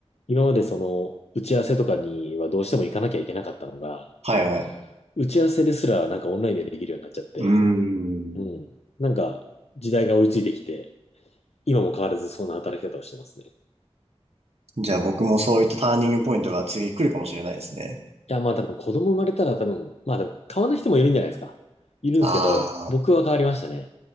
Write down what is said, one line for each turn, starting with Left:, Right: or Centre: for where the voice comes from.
Left: 今までその、打ち合わせとかにはどうしても行かなきゃいけなかったのが、
Right: はい。はい。
Left: 打ち合わせですらなんかオンラインでできるようになっちゃって、
Right: うーん。
Left: うん、なんか時代が追いついてきて、今も変わらずそんな働き方をしてますね。い
Right: じゃあ僕もそういったターニングポイントが次来るかもしれないですね。
Left: や、まあ多分子供生まれたら多分、まあでも変わらない人もいるんじゃないですか。いるんですけど、
Right: ああ。
Left: 僕は変わりましたね。